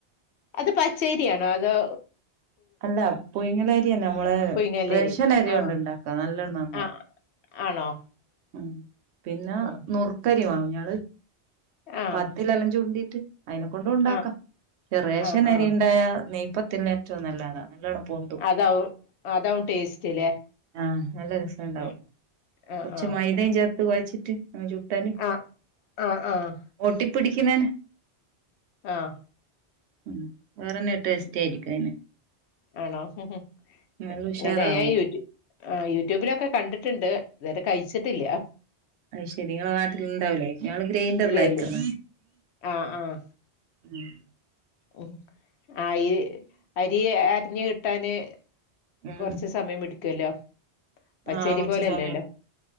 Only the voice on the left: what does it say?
അത് പച്ചേരിയാണോ അതോ
പുയിങ്ങല്ലേരി
ആഹ്
ആഹ് ആണോ
ഉം
ആഹ്
ആഹ്
ആഹ്
ആഹ്
അതാവും അതാവും ടേസ്റ്റ്ല്ലേ
ഉം ആഹ്
ആഹ്
ആ ആ ആഹ്
ആഹ്
ഉ
ആണോ ഹ് ഹ്
ഇങ്ങനെ
യേ യൂറ്റു ആ യൂട്യൂബിലൊക്കെ കണ്ടിട്ട്ണ്ട്, ഇത് വരെ കഴിച്ചിട്ടില്ല്യ.
ഇല്ല
ഇല്ല ആഹ് ആഹ്
ഉം. ആയ് അരി അരഞ്ഞ് കിട്ടാന്,
കൊറച്ച് സമയം പിടിക്കല്ലോ. പച്ചരി
പോലല്ലല്ലോ.